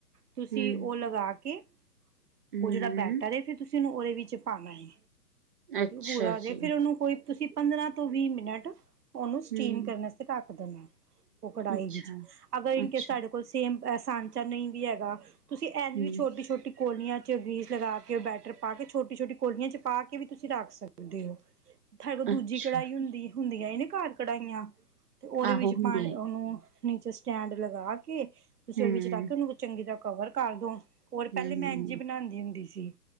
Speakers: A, on the right; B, on the right.
A: ਤੁਸੀਂ
B: ਹੂੰ
A: ਓ ਲਗਾ ਕੇ
B: ਹੂੰ
A: ਓ ਜੜਾ ਬੈਟਰ ਏ ਫਿਰ ਤੁਸੀਂ ਓਨੂੰ ਓਦੇ ਵਿੱਚ ਪਾਣਾ ਏ।
B: ਅੱਛਾ
A: ਪੂਰਾ ਹੋ ਜੇ
B: ਜੀ
A: ਫਿਰ ਓਨੂੰ ਕੋਈ ਤੁਸੀਂ ਪੰਦਰਾਂ ਤੋਂ ਵੀਹ ਮਿੰਟ ਓਨੂੰ ਸਟੀਮ
B: ਹੂੰ
A: ਕਰਣ ਅ ਟੱਕ ਦੇਣਾ ਓ ਕੜਾਈ
B: ਅੱਛਾ
A: ਵਿੱਚ ਅਗਰ ਇਨਕੇਸ
B: ਅੱਛਾ
A: ਤਾਡੇ ਕੋਲ ਸ ਸੇਮ ਸਾਂਚਾ ਨਈ ਵੀ ਹੈਗਾ ਤੁਸੀਂ ਐੰਝ
B: ਹੂੰ
A: ਵੀ ਛੋਟੀ-ਛੋਟੀ ਕੋਲੀਆਂ ਚ ਗ੍ਰੀਸ ਲਗਾ ਕੇ ਬੈਟਰ ਪਾ ਕੇ ਛੋਟੀ-ਛੋਟੀ ਕੋਲੀਆਂ ਚ ਪਾ ਕੇ ਵੀ ਤੁਸੀਂ ਰੱਖ ਸਕਦੇ ਓ। ਤਾਡੇ ਕੋਲ ਦੂਜੀ
B: ਅੱਛਾ
A: ਕੜਾਈ ਹੁੰਦੀ ਹੁੰਦੀਆ ਈ ਨੇ ਕਾਰ ਕੜਾਇਆਂ ਤੇ ਓਦੇ
B: ਆਹੋ
A: ਵਿੱਚ
B: ਹੁੰਦੀਆਂ
A: ਪਾ ਓਨੂੰ ਨੀਚੇ ਸਟੈਂਡ ਲਗਾ ਕੇ ਤੁਸੀਂ
B: ਹਮ
A: ਓਦੇ ਵਿੱਚ ਰੱਖ ਕੇ ਓਨੂੰ ਚੰਗੀ ਤਰ੍ਹਾਂ ਕਵਰ ਕਰਦੋ। ਹੋਰ
B: ਹਮ
A: ਪੈਲੇ
B: ਹਮ
A: ਮੈਂ ਇੰਝ ਹੀ ਬਣਾਂਦੀ ਹੁੰਦੀ ਸੀ